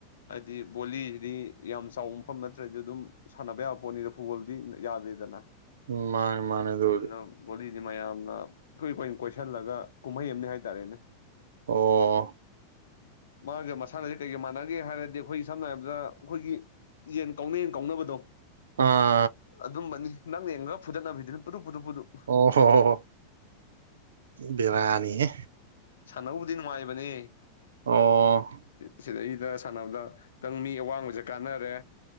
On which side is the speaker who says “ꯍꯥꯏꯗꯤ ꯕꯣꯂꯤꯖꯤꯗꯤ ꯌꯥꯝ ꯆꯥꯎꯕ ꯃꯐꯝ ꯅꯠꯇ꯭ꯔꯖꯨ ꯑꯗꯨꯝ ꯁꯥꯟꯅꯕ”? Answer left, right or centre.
Left